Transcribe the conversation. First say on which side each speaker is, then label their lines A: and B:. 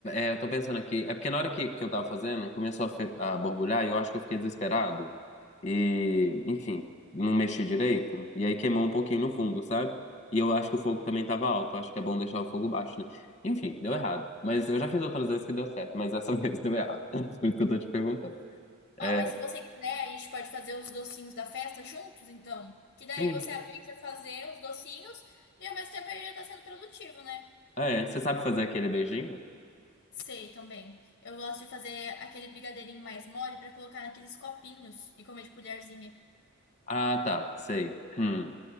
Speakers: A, on the left (about 30°); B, on the left (about 50°).
A: é, eu tô pensando aqui. É porque na hora que, que eu tava fazendo, começou a, fe- a borbulhar e eu acho que eu fiquei desesperado. E, enfim, não mexi direito. E aí queimou um pouquinho no fundo, sabe? E eu acho que o fogo também tava alto. Eu acho que é bom deixar o fogo baixo, né? Enfim, deu errado. Mas eu já fiz outras vezes que deu certo, mas essa <laughs> vez deu errado. Por isso que eu tô te perguntando. É,
B: Ó, mas se você quiser, a gente pode fazer os docinhos da festa juntos, então. Que daí
A: sim.
B: você aprende a fazer os docinhos e ao mesmo tempo ele já tá sendo produtivo, né?
A: É, você sabe fazer aquele beijinho?
B: Sei também. Eu gosto de fazer aquele brigadeirinho mais mole pra colocar naqueles copinhos e comer de colherzinha.
A: Ah, tá. Sei. Hum.